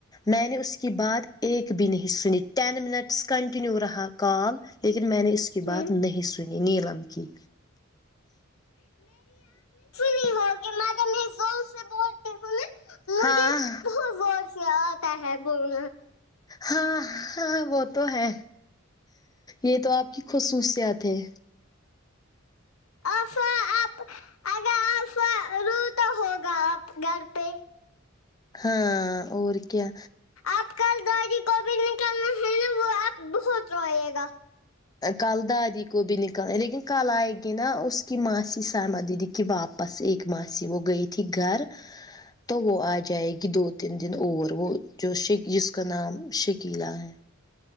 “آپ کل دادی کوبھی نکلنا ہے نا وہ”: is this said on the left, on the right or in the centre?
Left